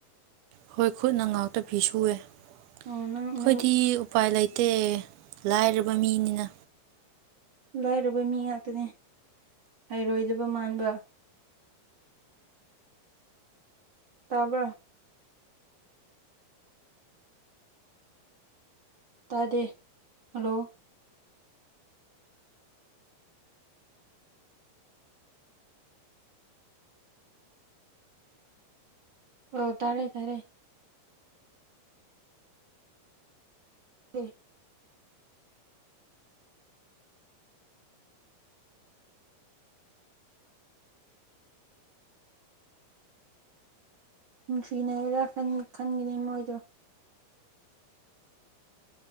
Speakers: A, on the right (about 75°); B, on the right (about 40°).
A: ꯍꯣꯏ ꯈꯨꯠꯅ ꯉꯥꯛꯇ ꯐꯤ ꯁꯨꯑꯦ ꯑꯩꯈꯣꯏꯗꯤ
B: ꯑꯣ ꯅꯪ ꯅꯪ
A: ꯎꯄꯥꯏ ꯂꯩꯇꯦ ꯠꯇ ꯂꯥꯏꯔꯕ ꯃꯤꯅꯤꯅ
B: ꯂꯥꯏꯔꯕ ꯃꯤ ꯉꯥꯛꯇꯅꯦ ꯍꯥꯏꯩꯔꯣꯏꯗꯕ ꯃꯥꯟꯕ ꯇꯥꯕ ꯇꯥꯗꯦ ꯍꯜꯂꯣ ꯑꯣ ꯇꯥꯔꯦ ꯇꯥꯔꯦ ꯎꯝ ꯅꯨꯡꯁꯤꯅꯩꯔꯥ ꯈꯟꯈꯤꯅꯤ ꯃꯣꯏꯗꯣ